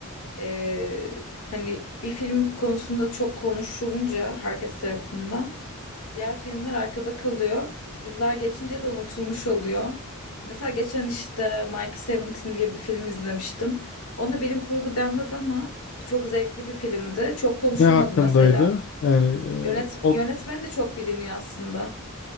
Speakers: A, on the left; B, on the left.
A: Ee, hani bir film konusunda çok konuşulunca herkes tarafından diğer filmler arkada kalıyor. Yıllar geçince de unutulmuş oluyor. Mesela geçen işte Mike Seventeen diye bir film izlemiştim. Ona bilim kurgu denmez ama çok zevkli bir filmdi. Çok konuşulmadı
B: Ne hakkındaydı?
A: mesela.
B: Yani
A: Yönet
B: e, o,
A: yönetmeni de çok biliniyor aslında.